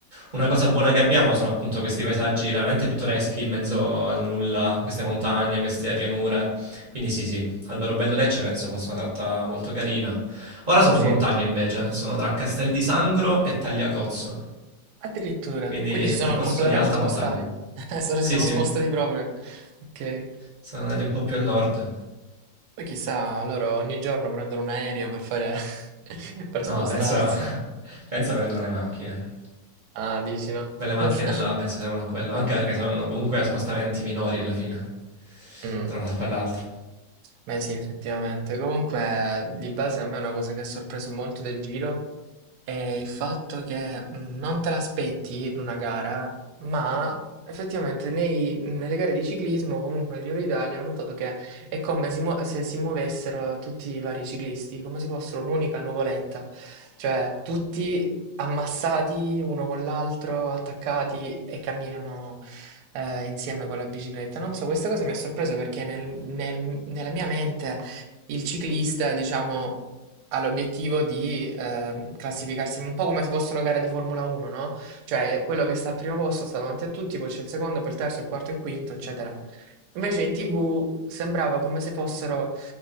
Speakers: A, on the right (about 40°); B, on the right (about 70°).
A: una cosa buona che abbiamo sono appunto questi paesaggi veramente pittoreschi in mezzo al nulla, queste montagne, queste pianure. Quindi sì, sì, Alberobello Lecce penso fosse una tratta molto carina. Ora sono
B: Sì,
A: in montagna invece, sono tra Castel di Sangro e Tagliacozzo,
B: addirittura.
A: quindi
B: Quindi
A: è
B: si
A: un
B: sono
A: percorso
B: completamente
A: di alta
B: spostati.
A: montagna.
B: <laughs> Solo
A: Sì,
B: si sono
A: sì,
B: spostati proprio. Ok.
A: sono andati un po' più al nord.
B: Poi chissà, loro ogni giorno prendono un aereo per fare... <laughs> per
A: No,
B: spostarsi.
A: penso, <laughs> penso prendono le macchine.
B: Ah, dici no?
A: Quelle
B: <laughs>
A: macchine là penso servono a quello, anche perché saranno comunque spostamenti minori alla fine,
B: Mh.
A: tra una tappa e l'altra.
B: Beh sì, effettivamente. Comunque di base a me è una cosa che ha sorpreso molto del Giro, e il fatto che mhmm, non te l'aspetti in una gara, ma effettivamente nei nelle gare di ciclismo, comunque al Giro d'Italia, ho notato che è come si muo se si muovessero tutti i vari ciclisti, come se fossero un'unica nuvoletta, cioè tutti ammassati uno con l'altro, attaccati e camminano, ehm, insieme con la bicicletta. Non so, questa cosa mi ha sorpreso perché nel nel nella mia mente il ciclista, diciamo ha l'obiettivo di ehm, classificarsi un po' come se fosse una gara di Formula 1, no? Cioè quello che sta al primo posto sta davanti a tutti, poi c'è il secondo, poi il terzo, il quarto, il quinto, eccetera. Invece in TV sembrava come se fossero